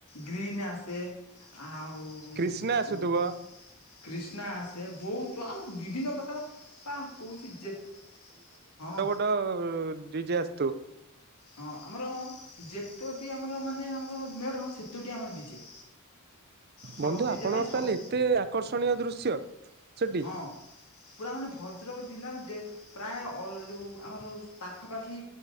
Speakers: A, on the left; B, on the right.
A: ଗ୍ରୀନ୍ ଆସେ ଆଉ
B: କ୍ରିଷ୍ଣା ଆସୁଥିବ।
A: ଉଁ କ୍ରିଷ୍ଣା ଆସେ ବହୁତ ତ ଆଉ ବିଭିନ୍ନ ପ୍ରକାର ପା କହୁଛି ଯେ ହଁ
B: ତ ଡିଜେ ଆସୁଥୁବ।
A: ହଁ ଆମର ଯେତୋଟି ଆମର ମାନେ ଆମର ମେଢ ସେତୋଟି ଆମର ଡିଜେ। ସବୁ
B: ବନ୍ଧୁ
A: ଡିଜେ
B: ଆପଣଙ୍କର
A: ପାଇଁ ସବୁ
B: ତାହେଲେ ଏତେ ଆକର୍ଷଣୀୟ ଦୃଶ୍ୟ। ସେଠି
A: ହଁ ପୁରା ମାନେ ଭଦ୍ରକ ଜିଲ୍ଲାରୁ ଯେ ପ୍ରାୟ ଅ ଯୋଉ ଆମର ଜଉ ପାଖାପାଖି